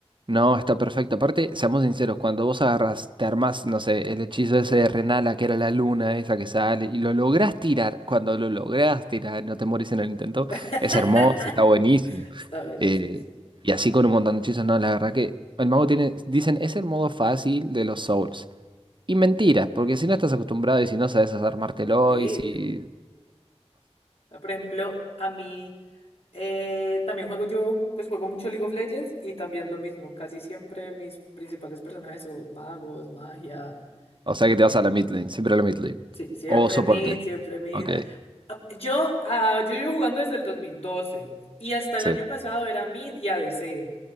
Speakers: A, on the right; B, on the left.
A: no, está perfecto. Aparte, seamos sinceros, cuando vos agarras, te armás, no sé, el hechizo ese de Renala, que era la luna esa que sale, y lo lográs tirar, cuando lo lográs tirar, no te morís en el intento,
B: <laughs>
A: es hermoso, está buenísimo.
B: Está buenísimo,
A: Eh,
B: sí.
A: y así con un montón de hechizos, no, la verdad que el mago tiene, dicen, es el modo fácil de los Souls. Y mentira, porque si no estás acostumbrado y si no sabes armártelo
B: Sí,
A: y si...
B: yo. ah, Por ejemplo, a mí eh, también juego yo, pues juego mucho League of Legends y también lo mismo. Casi siempre mis principales personajes son magos, magia,
A: O
B: no.
A: sea que te vas a la mid lane, siempre a la mid lane.
B: Sí, siempre
A: O soporte.
B: mid, siempre mid.
A: Ok,
B: Ah, Yo, ah, yo llevo jugando desde el 2012 y hasta el
A: sí,
B: año pasado era mid y ADC.